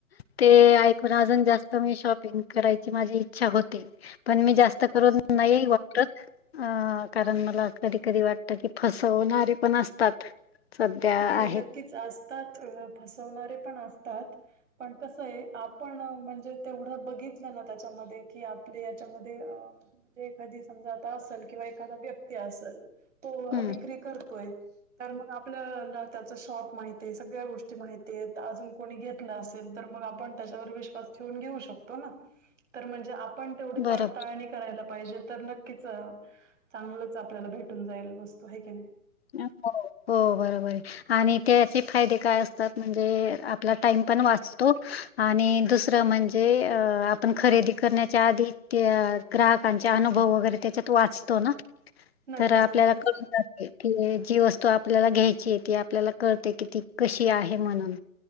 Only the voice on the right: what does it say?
नक्कीच.
नाही
नक्कीच असतात, फसवणारे पण असतात. पण कसंये, आपण म्हणजे तेवढं बघितलं ना त्याच्यामध्ये, कि आपले याच्यामध्ये अ म्हणजे एखादी समजा आता असल, किंवा एखादा व्यक्ती असल तो
विक्री करतोय, तर मग आपलं त्याला त्याच शॉप माहितियेत, सगळ्या गोष्टी माहितेत, अजून कोणी घेतल असेल, तर मग आपण त्याच्यावर विश्व पण ठेऊन घेवू शकतो ना? तर म्हंजे आपण तेवढी
पडताळणी करायला पाहिजे, तर नक्कीच चांगलंच आपल्याला भेटून जाईल वस्तू, हाय की नई
नक्कीच
नक्कीच